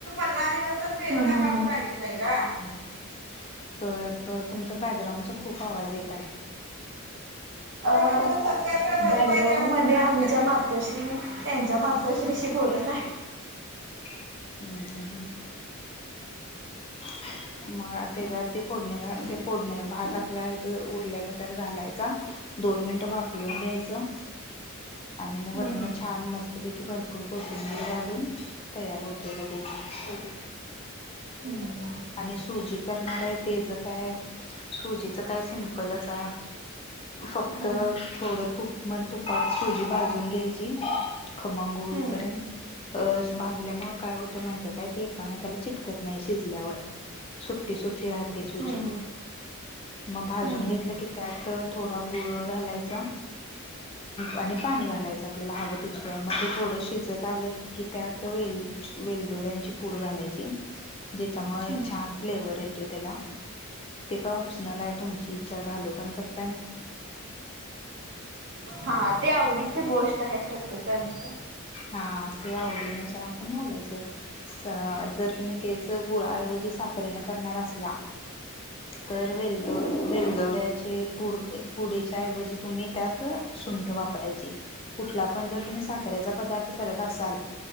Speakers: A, on the right; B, on the left.
A: <inaudible> हम्म हम्म हम्म
B: <inaudible> तर त तुमचा बॅकग्राउंडचा खूप आवाज येत आहे.
A: अ बॅकग्राउड मध्ये आमच्या मातोश्री त्यांच्या मातोश्रीशी बोल त आहेत.
B: हम् हम्म हम्म. <inaudible> मग तेच्यात ते फोडणला ते फोडणे भात आपला हाय त्यो उरलेला त्यात घालायचा. दोन मिनिटं वाफलून घ्यायचं आणि मग
A: हम्म
B: वरून छान मस्तपै कि भरपूर कोथिंबीर घालून तयार होतो लगेच.
A: हम् हम् ह.
B: आणि सुजी करणार आहे तेच काय सुजीचं काय सिम्पलच हाय. फक्त
A: हम्म हम्म
B: थोडं तुप म तुपात सुजी भाजून घ्यायची. खमंग होईपर्यंत
A: हम्म
B: अ भाजल्यामुळे काय होतं माहितय काय ते एकामेकाला चिटकत नाही शिजल्यावर सुट्टी, सुट्टी राहते सुजी
A: हम्म हम्म
B: मग भाजून
A: हम्म हम्म
B: घेतलं की त्यात अ थोडा गुळ घालायचा. आणि पाणी घालायचं आपल्याला हवं तितकं म ते थोड शिजऊन आल की त्यात वे वेलदोड्यांची पूड घालायची. जेच्यामुळ एक
A: हम्म.
B: छान फ्लेवर येतो. तोय तेला ते काय ऑपशनल आहे तुमची इच्छा घालू पण शक
A: हा ते आवडीची गोष्ट आहे प्रत्येकच.
B: हा ते आवडीनुसार आपण घलायचं अ जर तुम्ही तेच गुळाऐवजी साखर ने करनार असला, तर वेलदो वेलदोड्या ची पुढ पुढच्या ऐवजी त्यात तुम्ही सुंठ वापरायची. कुठला पण जर तुम्ही साखरेचा पदार्थ करत असाल